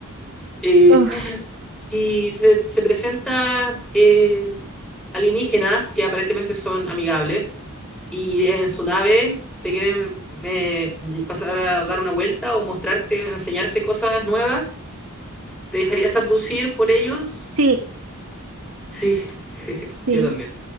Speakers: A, in the centre; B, on the right.
A: Eh,
B: Uf,
A: <clears throat> si se, se presenta eh, alienígenas, que aparentemente son amigables, y en su nave te quieren eh, pasar a dar una vuelta o mostrarte, enseñarte cosas nuevas, ¿te dejarías abducir por ellos?
B: sí,
A: Sí, <laughs>
B: sí.
A: yo también,